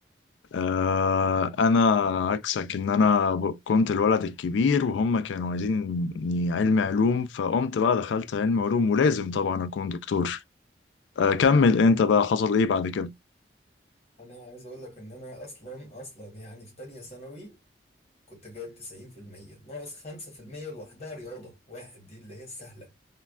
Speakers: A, on the left (about 80°); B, on the left (about 35°).
A: آه، انا عكسك ان انا ب- كنت الولد الكبير وهم كانوا عايزيني علم علوم فقمت بقى دخلت علم علوم ولازم طبعا اكون دكتور آه، كمل انت بقى حصل ايه بعد كده
B: انا عايز اقول لك ان انا اصلا اصلا يعني في تانية ثانوي كنت جايب 90% ناقص 5% لوحدها رياضه واحد دي اللي هي السهله